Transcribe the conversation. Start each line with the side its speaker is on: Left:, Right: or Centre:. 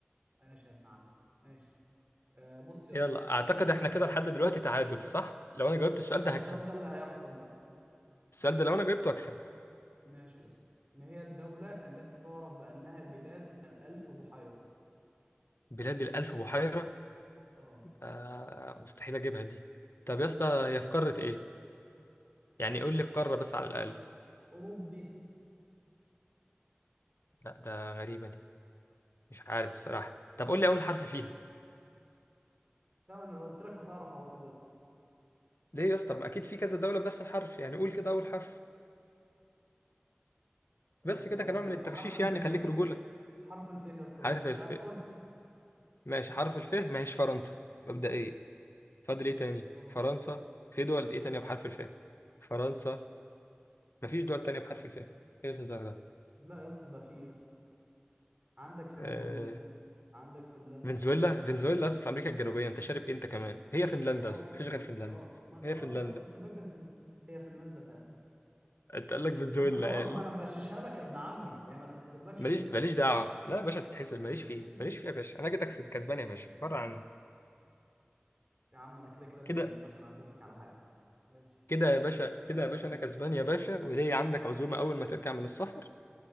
Right: ماشي يا ابن عم ماشي آه بص يا
Left: يلا
Right: اسطى
Left: اعتقد
Right: ما هي
Left: احنا كده لحد دلوقتي تعادل صح لو انا جاوبت السؤال
Right: ما
Left: ده
Right: هو السؤال
Left: هكسب
Right: ده اللي هيحكم بقى
Left: السؤال ده لو انا جبته اكسب
Right: ماشي يا اسطى ما هي الدولة التي تعرف بأنها بلاد الألف بحيرة
Left: بلاد الالف بحيره
Right: اه
Left: آه مستحيل اجيبها دي طب يا اسطى هي في قاره ايه يعني قول لي
Right: أوروبي
Left: القاره بس على الاقل
Right: أوروبي
Left: لا ده غريبه دي مش عارف بصراحه طب قول لي اول حرف فيها
Right: ده أنا لو قلت لك هتعرف على طول يا اسطى
Left: ليه يا اسطى ما اكيد في كذا دوله بنفس الحرف يعني قول كده اول حرف بس
Right: آه
Left: كده كنوع من التغشيش
Right: حرف الف
Left: يعني
Right: يا
Left: خليك
Right: اسطى
Left: رجوله
Right: حرف الف يا اسطى
Left: حرف
Right: بس هت...
Left: الف
Right: هتقولها
Left: ماشي حرف الف ما هيش فرنسا مبدئيا فاضل ايه تاني
Right: مش فرنسا
Left: فرنسا في دول ايه تانية بحرف الف فرنسا مفيش دول تانية بحرف الف ايه الهزار ده
Right: لا يا اسطى ده في يا اسطى عندك فنزويلا
Left: آه،
Right: عندك فنلندا
Left: فنزويلا فنزويلا اصلا في امريكا الجنوبيه انت شارب إيه انت كمان هي فنلندا
Right: خلاص
Left: اصلا
Right: يبقى
Left: مفيش غير فنلندا
Right: اه ما خلاص
Left: هي فنلندا
Right: انا كنت فاكر فنز... هي فنلندا فعلا
Left: انت قال لك فنزويلا
Right: بس خلاص
Left: قال
Right: ما انا مغششها لك يا ابن عمي هي ما تتحسبلكش
Left: ماليش
Right: كده
Left: ماليش دعوه لا يا باشا تتحسب ماليش فيه ماليش فيه يا باشا انا كده كسب كسبان يا باشا بره عني
Right: يا عم انا كده كده مش
Left: كده
Right: موجود عشان اعزمك على حاجه ماشي
Left: كده يا باشا
Right: مكسبك
Left: كده
Right: ملوش
Left: يا باشا
Right: لازمه
Left: انا كسبان يا باشا وليا عندك عزومه اول ما ترجع من السفر